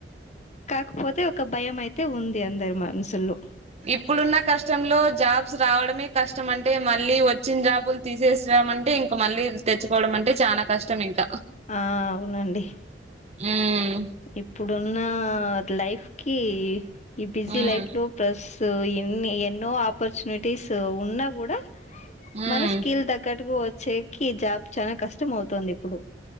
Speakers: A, on the left (about 40°); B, on the right (about 35°).
A: కాకపోతే ఒక భయం అయితే ఉంది అందరి మనసుల్లో
B: ఇప్పుడున్న కష్టంలో జాబ్స్ రావడమే కష్టం అంటే మళ్ళీ వచ్చిన జాబులు తీసేసిన అంటే ఇంకా మళ్ళీ తెచ్చుకోవడం అంటే చానా కష్టమింక
A: ఆ అవునండి
B: మ్
A: ఇప్పుడున్న లైఫ్ కి ఈ బిజీ
B: మ్మ్
A: లైఫ్ లో ప్లస్ స్ ఎన్ని ఎన్నో ఆపర్చునిటీస్ ఉన్నా కూడా
B: మ్మ్
A: మన స్కిల్ తగ్గటుకు వచ్చేకి జాబ్ చాలా కష్టం అవుతుంది ఇప్పుడు